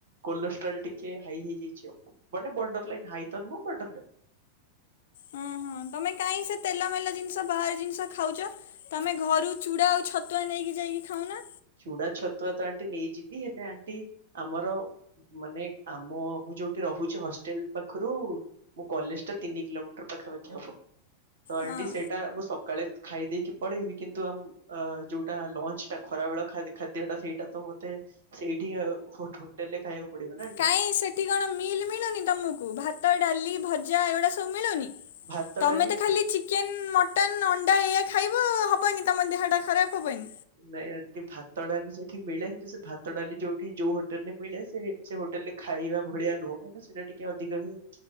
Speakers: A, on the right (about 60°); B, on the left (about 55°).
A: କୋଲେଷ୍ଟ୍ରୋଲ ଟିକେ ହାଇ ହେଇଥାଇଚି ଆଉ। ବ ବୋର୍ଡର ଲାଇନ ହାଇ ତ ନୁ ବୋର୍ଡର ଲାଇନ।
B: ହ ହଁ ତମେ କାହିଁ ସେ ତେଲ ମେଲ ଜିନିଷ ବାହାର ଜିନିଷ ଖାଉଚ। ତମେ ଘରୁ ଚୁଡ଼ା ଆଉ ଛତୁଆ ନେଇକି ଯାଇକି ଖାଉନା।
A: ଚୁଡା ଛତୁଆ ତ ଆଣ୍ଟି ନେଇଯିବି। ହେଲେ ଆଣ୍ଟି ଆମର ମାନେ ଆମ ମୁଁ ଯୋଉଠି ରହୁଛି ହଷ୍ଟେଲ ପାଖରୁ ମୋ କଲେଜ ଟା ତିନି କିଲୋମିଟର ପାଖାପାଖି ହବ ତ ଆଣ୍ଟି
B: ହଁ
A: ସେଇଟା ମୁଁ ସକାଳେ ଖାଇ ଦେଇେଇକି ପଳେଇବି କିନ୍ତୁ ଆମ ଯୋଉଟା ଲଞ୍ଚ ଟା ଖରା ବେଳ ଖାଦ୍ୟ ଟା ସେଇଟା ତ ମତେ ସେଇଠି ହୋଟ ହୋଟେଲ ରେ ଖାଇବାକୁ ପଡିବ ନା ଆଣ୍ଟି
B: କାଇ ସେଠି କଣ ମିଲ୍ ମିଳୁନି ତମକୁ ଭାତ, ଡାଲି, ଭଜା ଏଗୁଡ଼ା ସବୁ ମିଳୁନି?
A: ଭାତ
B: ତମେ
A: ଡାଲି
B: ତ ଖାଲି ଚି କେନ୍, ମଟନ୍, ଅଣ୍ଡା ଏଇଆ ଖାଇବ ହେବନି ତମ ଦେହଟା ଖରାପ ହେବନି।
A: ନାଇଁ ଏଠି ଭାତ ଡାଲି ସେଠି ମିଳେ। କିନ୍ତୁ ସେ ଭାତ ଡାଲି ଯୋଉଠି ଯୋଉ ହୋଟେଲରେ ମିଳେ ସେ- - ସେ ହୋଟେଲରେ ଖାଇବା ଭଳିଆ ନୁହଁ। କାହିଁକି ନା ସେଟା ଟିକେ ଅଧିକା ହିଁ